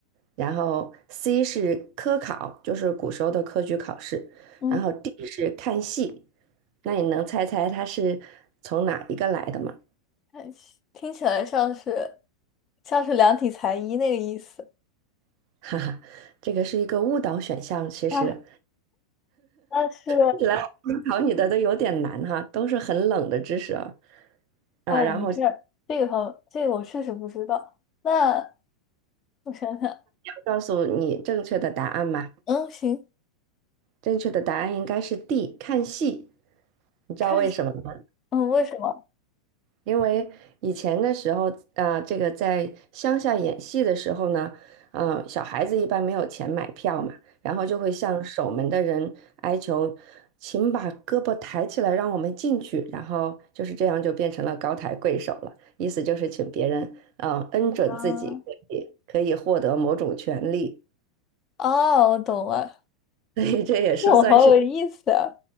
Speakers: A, on the right; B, on the left.
A: 然后 C 是科考，就是古时候的科举考试，
B: 嗯
A: 然后 D 是看戏，那你能猜猜它是从哪一个来的吗？
B: 哎听起来像是像是量体裁衣那个意思
A: <laughs> 哈哈，这个是一个误导选项。其实
B: 啊，但是
A: 一来我考你的都有点难哈，都是很冷的知识啊。啊，
B: 哎，
A: 然后要
B: 没事儿，这个好，这个我确实不知道。那我想想，
A: 告诉你正确的答案嘛？
B: 嗯，行，
A: 正确的答案应该是 D，看戏。你知道为什么吗？
B: 看，嗯，为什么？
A: 因为以前的时候，啊、这个在乡下演戏的时候呢，嗯、小孩子一般没有钱买票嘛，然后就会向守门的人哀求，请把胳膊抬起来，让我们进去。然后就是这样，就变成了高抬贵手了，意思就是请别人，嗯、恩准自己可以可以获得某种权利，
B: 啊，哦，我懂了，
A: <laughs> 所以这也是算是
B: 这我好有意思啊！